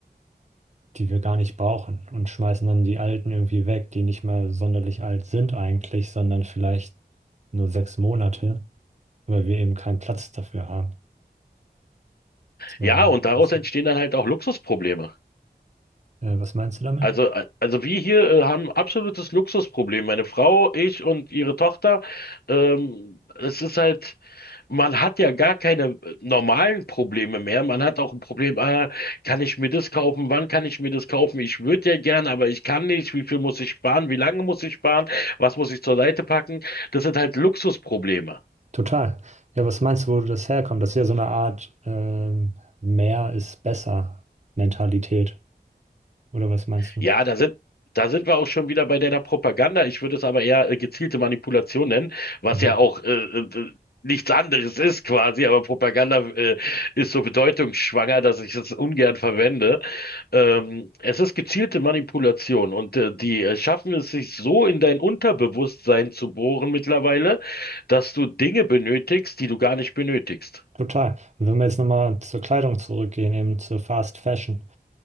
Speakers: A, on the right; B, on the left.
A: die wir gar nicht brauchen und schmeißen dann die alten irgendwie weg, die nicht mal sonderlich alt sind eigentlich, sondern vielleicht nur sechs Monate, weil wir eben keinen Platz dafür haben. So,
B: Ja, und daraus
A: weißt
B: entstehen
A: du?
B: dann halt auch Luxusprobleme.
A: Äh, was meinst du damit?
B: Also, äh, also wir hier äh, haben absolutes Luxusproblem. Meine Frau, ich und ihre Tochter. Ähm, es ist halt, man hat ja gar keine äh, normalen Probleme mehr. Man hat auch ein Problem, ah, kann ich mir das kaufen? Wann kann ich mir das kaufen? Ich würde ja gern, aber ich kann nicht. Wie viel muss ich sparen? Wie lange muss ich sparen? Was muss ich zur Seite packen? Das sind halt Luxusprobleme.
A: Total. Ja, was meinst du, wo das herkommt? Das ist ja so eine Art ähm, mehr ist besser Mentalität. Oder was meinst du?
B: Ja, da sind, da sind wir auch schon wieder bei deiner Propaganda. Ich würde es aber eher äh, gezielte Manipulation nennen, was
A: Mhm.
B: ja auch äh, äh, nichts anderes ist quasi, aber Propaganda äh, ist so bedeutungsschwanger, dass ich es ungern verwende. Ähm, es ist gezielte Manipulation und äh, die äh, schaffen es sich so in dein Unterbewusstsein zu bohren mittlerweile, dass du Dinge benötigst, die du gar nicht benötigst.
A: Total. Und wenn wir jetzt nochmal zur Kleidung zurückgehen, eben zur Fast Fashion.